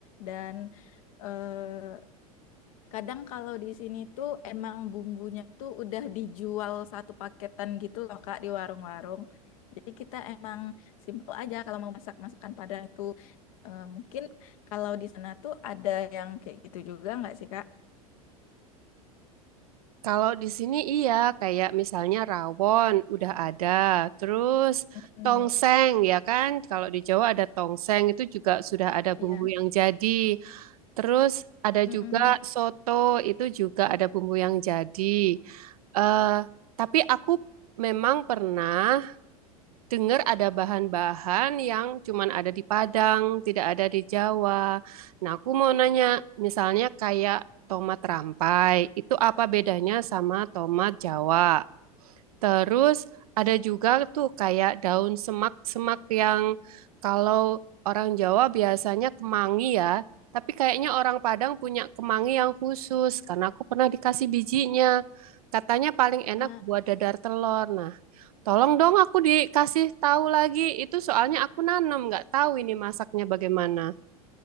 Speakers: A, on the left; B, on the right.
A: dan eh, kadang kalau di sini tuh emang bumbunya tuh udah dijual satu paketan gitu loh Kak di warung-warung. Jadi kita emang simple aja kalau mau masak masakan Padang itu. Eh, mungkin kalau di sana tuh ada yang kayak gitu juga nggak sih Kak?
B: Kalau di sini iya, kayak misalnya rawon udah ada, terus
A: Mm-mm.
B: tongseng ya kan? Kalau di Jawa ada tongseng itu juga sudah ada bumbu
A: Iya.
B: yang jadi. Terus ada
A: Mm-mm.
B: juga soto itu juga ada bumbu yang jadi. eh tapi aku memang pernah dengar ada bahan-bahan yang cuman ada di Padang, tidak ada di Jawa. Nah, aku mau nanya, misalnya kayak tomat rampai, itu apa bedanya sama tomat Jawa? Terus ada juga tuh kayak daun semak-semak yang kalau orang Jawa biasanya kemangi ya, tapi kayaknya orang Padang punya kemangi yang khusus karena aku pernah dikasih bijinya. Katanya paling enak
A: Ah,
B: buat dadar telur. Nah, tolong dong aku dikasih tahu lagi. Itu soalnya aku nanam, nggak tahu ini masaknya bagaimana.